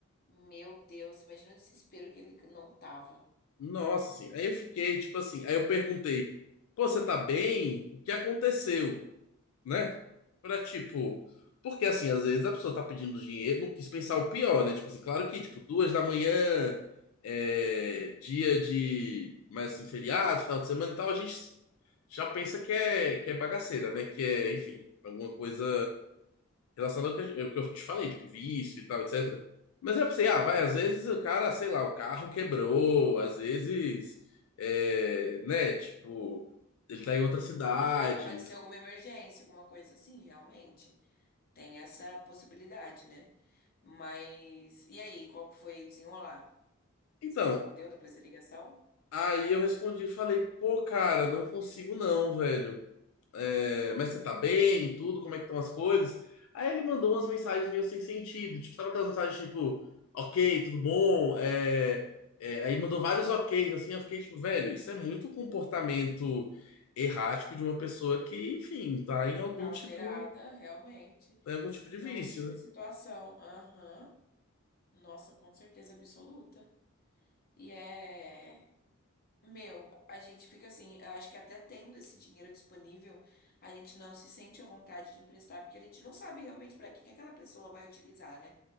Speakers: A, on the left; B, on the left.
A: meu Deus, imagina o desespero que ele não tava.
B: Nossa, assim, aí eu fiquei, tipo assim, aí eu perguntei, pô, você tá bem? O que aconteceu? né? Pra tipo. Porque assim, às vezes a pessoa tá pedindo dinheiro, não quis pensar o pior, né? Tipo assim, claro que, tipo, duas da manhã, é, dia de. Mas assim, feriado, final de semana e tal, a gente já pensa que é, que é bagaceira, né? Que é, enfim, alguma coisa relacionada ao que, a- ao que eu te falei, tipo, vício e tal, etc. Mas eu pensei, ah, vai, às vezes o cara, sei lá, o carro quebrou, às vezes, é, né? Tipo, ele tá em outra cidade.
A: É, pode ser alguma emergência, alguma coisa assim, realmente. Tem essa possibilidade, né? Mas. E aí, qual que foi o desenrolar?
B: Então,
A: Você respondeu depois da ligação?
B: Aí eu respondi, falei, pô, cara, não consigo não, velho. É, mas você tá bem e tudo? Como é que estão as coisas? Aí ele mandou umas mensagens meio sem sentido. Tipo, sabe aquelas mensagens tipo, ok, tudo bom? É, é, aí mandou vários ok's, assim. Eu fiquei tipo, velho, isso é muito comportamento errático de uma pessoa que, enfim, tá em algum
A: Tá alterada,
B: tipo,
A: realmente,
B: em algum tipo de vício,
A: em algum tipo de
B: né?
A: situação. Aham. Nossa, com certeza absoluta. E é. Meu, a gente fica assim, eu acho que até tendo esse dinheiro disponível, a gente não se sente à vontade de emprestar, porque a gente não sabe realmente para que que aquela pessoa vai utilizar, né?